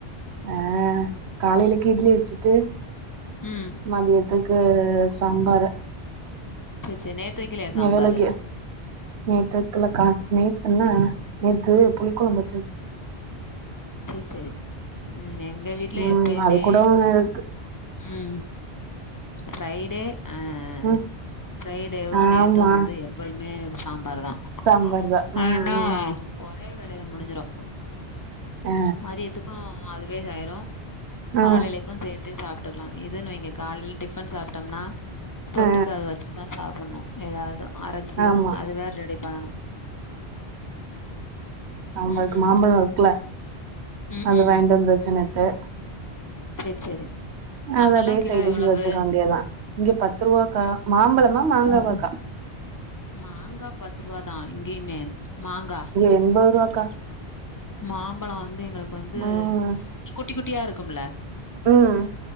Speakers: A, on the right (about 90°); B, on the left (about 20°).
A: ஆஹ் காலலைக்கு இட்லி வச்சிட்டு
B: ம்
A: மதியத்துக்கு சாம்பரு
B: சேரி சேரி நேத்து வைக்கலையா சாம்பாரு?
A: நிலக்கே நேத்து வைக்கலக்கா நேத்துன்னா நேத்து புளி குழம்பு
B: சேரி சேரி ம் எங்க வீட்ல
A: ம்
B: எப்பயுமே
A: அது கூட இருக்கு
B: ம் ஃரைடே அஹ்
A: ம்
B: ஃரைடேவு
A: ஆமா
B: நேத்து வந்து எப்பயுமே சாம்பார் தான்
A: சாம்பார் தா ம்
B: ஆனா
A: ம்
B: ஒரே வேளையில முடிஞ்சிடும்
A: ஆ
B: மதியத்துக்கும் அதுவே செய்யரும்
A: ஆ
B: காலலிக்கும் செய் ஞ்சி சாப்ட்டுக்கலாம் இதுன்வைங்க காலைய டிஃபன் சாப்ட்டோம்னா தொட்டுக்கு
A: ஆ
B: அத வச்சுதான் சாப்டணும் ஏதாவது அரைச்சு
A: ஆமா
B: அதுவேற ரெடி பண்ணணும்
A: சாம்பார்
B: ம்
A: இருக்கு
B: ம்
A: மாம்பழம் இருக்குல
B: ம்
A: அது
B: ம்
A: வாயிண்ட்டு வந்து வச்ச நேத்து
B: சேர் சேரி
A: அத
B: அங்கல்லாம்
A: அப்டியே
B: கிலோ
A: சைடிஷ்கு
B: எவ்வளவு
A: வச்சுக்க வேண்டியதான் இங்க பத்து ரூபாக்கா மாம்பழமா மாங்காவாக்கா
B: ம் மாங்கா பத்து ரூபா தான் இங்கேயுமே மாங்கா
A: எண்பதுரூபாக்கா
B: மாம்பழம் வந்து எங்களுக்கு வந்து
A: ம்
B: குட்டி குட்டியா இருக்கும்ல
A: ம்